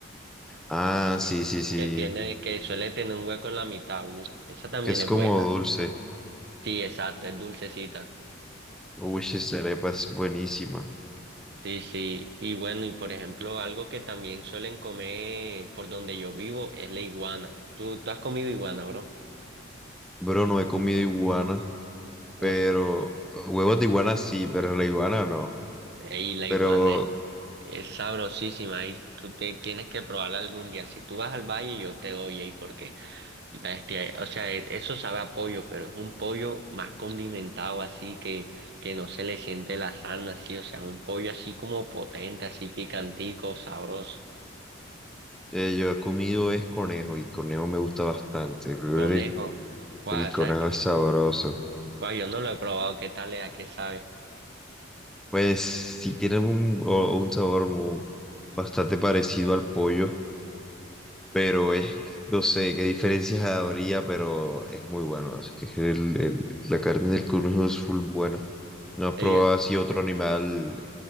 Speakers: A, in the centre; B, on the right.
A: Ah,
B: que tiene,
A: sí, sí, sí.
B: que tiene, que suele tener un hueco en la mitad, uf, esa también
A: Que es
B: es
A: como
B: buena.
A: dulce.
B: Sí, exacto, es dulcecita.
A: Uy, esa arepa es buenísima.
B: Sí, sí. Y bueno, y por ejemplo, algo que también suelen comer por donde yo vivo es la iguana. ¿Tú, tú has comido iguana, bro?
A: Bro, no he comido iguana,
B: Uf,
A: pero huevos de iguana sí, pero la iguana no.
B: y la
A: Pero
B: iguana es, es sabrosísima y tú te, tienes que probarla algún día. Si tú vas al valle, yo te doy ahí porque, bestia, o sea, e- eso sabe a pollo, pero es un pollo más condimentado así que, que no se le siente la sarna así, o sea, un pollo así como potente, así picantico, sabroso.
A: eh, yo he comido es conejo y conejo me gusta bastante. Yo creo
B: Conejo,
A: que El,
B: guau,
A: el conejo
B: ¿sabes qué?
A: es sabroso.
B: Guau, yo no lo he probado, ¿qué tal es? ¿A qué sabe?
A: Pues sí tiene un, o- un sabor muy, bastante parecido al pollo. pero es, no sé qué diferencias habría, pero es muy bueno. Es que el- el- la carne del conejo es full buena. ¿No has
B: Ellos,
A: probado así otro animal